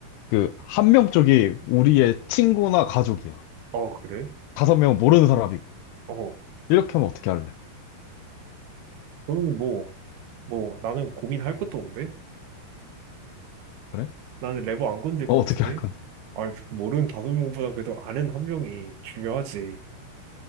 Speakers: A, on the left; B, on the right.
A: 그 한 명 쪽이 우리의 친구나 가족이야.
B: 어, 그래?
A: 다섯 명은 모르는 사람이고.
B: 어.
A: 이렇게 하면 어떻게 할래?
B: 그러면 뭐, 뭐, 나는 고민할 것도 없는데?
A: 그래?
B: 나는 레버 안 건들
A: 어,
B: 것
A: 어떻게
B: 같은데?
A: 할 건?
B: 아, 모르는 다섯 명보다 그래도 아는 한 명이 중요하지.